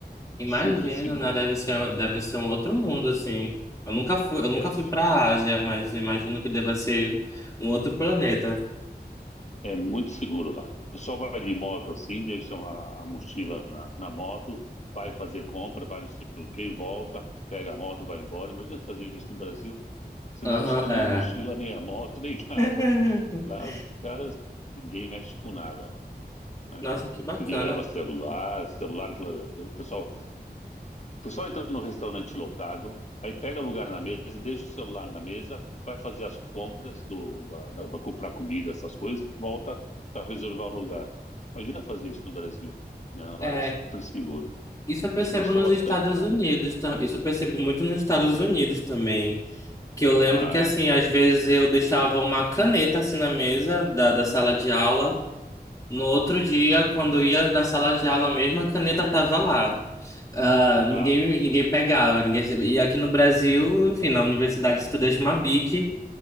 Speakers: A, on the left; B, on the left.
A: Imagino,
B: super seguro.
A: né? Deve ser, deve ser um outro mundo, assim. Eu nunca fui, eu nunca
B: É,
A: fui pra Ásia, mas eu imagino que deva ser um outro planeta.
B: É muito seguro lá. O pessoal vai de moto assim, deixa uma a mochila na, na moto, vai fazer compra, vai no sei o quê, volta, pega a moto, vai embora. Imagina fazer isso no Brasil. Você
A: Aham,
B: não acha nem
A: é.
B: a mochila, nem a moto, nem <laughs> nada.
A: <laughs>
B: Lá os caras, ninguém mexe com nada lá, né?
A: Nossa, que bacana.
B: Ninguém leva celular, celular, o pessoal o pessoal entra no restaurante lotado, aí pega lugar na mesa, deixa o celular na mesa, vai fazer as compras do, da, da para comprar comida, essas coisas, volta para reservar o lugar. Imagina fazer isso no Brasil. Não,
A: É,
B: lá é super seguro.
A: isso eu percebo
B: A gente gostou
A: nos
B: bastante
A: Estados
B: lá.
A: Unidos, tam- isso eu percebo muito nos Estados Unidos também. Que eu lembro
B: Ah,
A: que, assim,
B: é?
A: às vezes eu deixava uma caneta assim na mesa da, da sala de aula. No outro dia, quando ia na sala de aula, a mesma caneta tava lá. Ah, ninguém,
B: Ah,
A: ninguém pegava, ninguém... E aqui no Brasil, enfim, na universidade, se tu deixa uma Bic,